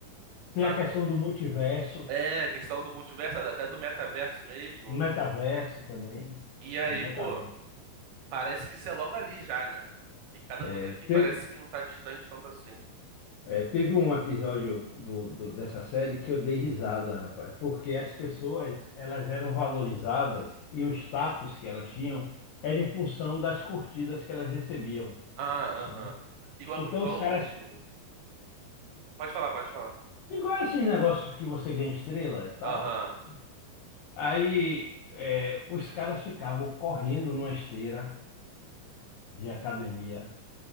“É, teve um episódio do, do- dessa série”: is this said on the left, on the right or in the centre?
Left